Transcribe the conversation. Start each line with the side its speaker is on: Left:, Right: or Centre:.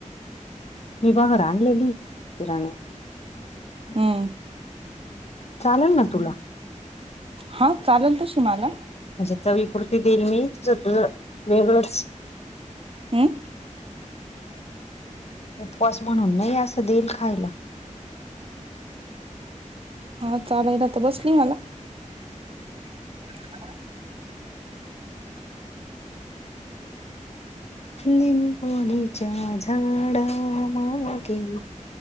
Left: मी भगर आणलेली किराण्यात हं.
Right: हम्म
Left: चाललं ना तुला.
Right: हा चाललं तशी मला.
Left: म्हणजे चवीपूरती देईल मी तुझं तुझं वेगळंच
Right: अं
Left: उपवास म्हणून नाही असं देईल खायला.
Right: हा चालायला त बसली मला. <inaudible>
Left: निंबोनीच्या झाडामागे